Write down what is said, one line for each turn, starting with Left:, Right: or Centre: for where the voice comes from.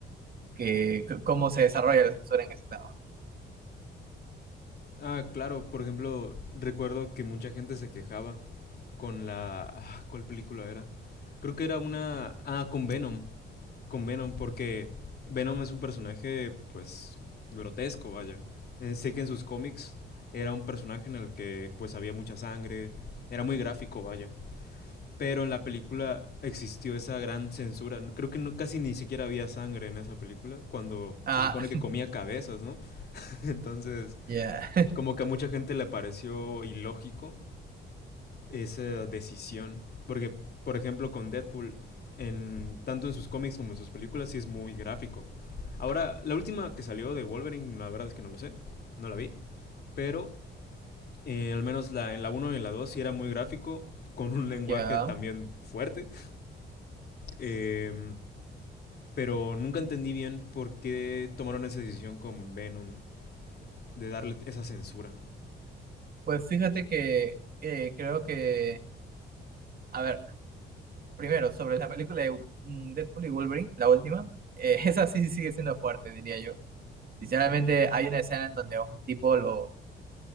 Right: que c- cómo se desarrolla la censura en ese lado.
Left: Ah, claro, por ejemplo, recuerdo que mucha gente se quejaba con la... ah, ¿Cuál película era? Creo que era una... Ah, con Venom. Con Venom, porque Venom es un personaje, pues, grotesco, vaya. Eh, sé que en sus cómics era un personaje en el que, pues, había mucha sangre, era muy gráfico, vaya. Pero en la película existió esa gran censura. Creo que no, casi ni siquiera había sangre en esa película, cuando
Right: Ah,
Left: se supone
Right: <laughs>
Left: que comía cabezas, ¿no? <laughs> Entonces,
Right: ya,
Left: como que a mucha gente le pareció ilógico esa decisión. Porque, por ejemplo, con Deadpool, en, tanto en sus cómics como en sus películas, sí es muy gráfico. Ahora, la última que salió de Wolverine, la verdad es que no lo sé, no la vi. Pero, eh, al menos la, en la uno y en la 2 sí era muy gráfico, con un lenguaje
Right: ya.
Left: también fuerte. <laughs> Eh, pero nunca entendí bien por qué tomaron esa decisión con Venom de darle esa censura.
Right: Pues fíjate que eh, creo que, a ver, Primero, sobre la película de mm, Deadpool y Wolverine, la última, eh, <laughs> esa sí sigue siendo fuerte, diría yo. Sinceramente, hay una escena en donde a un tipo lo,